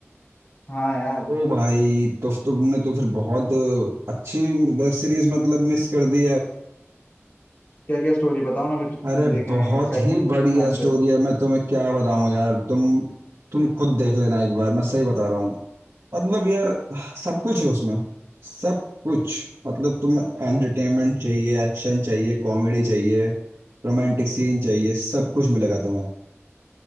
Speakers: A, on the left; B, on the right.
A: हाँ यार
B: ओ भाई तो तो तुमने तो फिर बहुत अच्छी वेब सीरीज मतलब मिस कर दी है
A: क्या क्या स्टोरी बताओ ना कुछ
B: अरे
A: मैं देखने
B: बहुत
A: एक्साइटमेंट
B: ही बढ़िया
A: जान
B: स्टोरी
A: के
B: है मैं तुम्हें क्या बताऊं यार तुम तुम खुद देख लेना एक बार मैं सही बता रहा हूँ मतलब यार सब कुछ है उसमें सब कुछ मतलब तुम्हें एंटरटेनमेंट चाहिए एक्शन चाहिए कॉमेडी चाहिए रोमांटिक सीन चाहिए सब कुछ मिलेगा तुम्हें